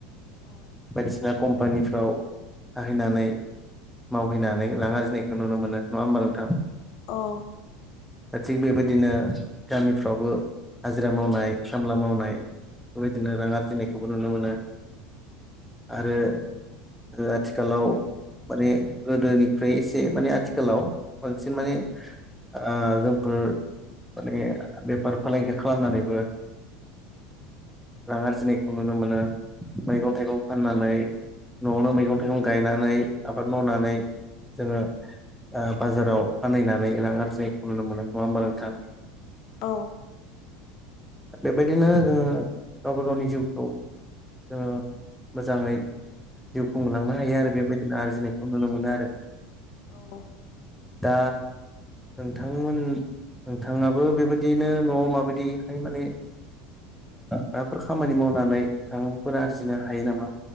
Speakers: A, on the left; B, in the centre.
A: औ
B: बायदिसिना कम्पानिफ्राव थाहैनानै मावहैनानै रां आरजिनायखौ नुनो मोनो नङा होनबा नोंथां?
A: औ
B: दा थिग बेबायदिनो गामिफ्रावबो हाजिरा मावनाय खामला मावनाय बेबायदिनो रां आरजिनायखौबो नुनो मोनो। आरो आथिखालाव माने गोदोनिख्रुइ एसे माने आथिखालाव बांसिन माने आं जोंफोर माने बेफार फालांगि खालामनानैबो रां आरजिनायखौ नुनो मोनो मैगं
A: औ
B: थाइगं फाननानै न'आवनो मैगं थाइगं गायनानै आबाद मावनानै जोङो ओ बाजाराव फाननानै रां आरजिनायखौ नुनो मोनो नङा होमबा नोंथां?
A: औ
B: बेबायदिनो जोङो गावबा गावनि जिउखौ जोङो मोजाङै जिउ खुंलांनो हायो। आरो बेबायदिनो आर्जिनायखौ नुनो मोनो आरो
A: औ
B: दा नोंथांमोन नोंथाङा बो बेबायदिनो न'आव माबायदिहाय माने माबाफोर खामानि मावनानै रांफोर आरजिनो हायो नामा?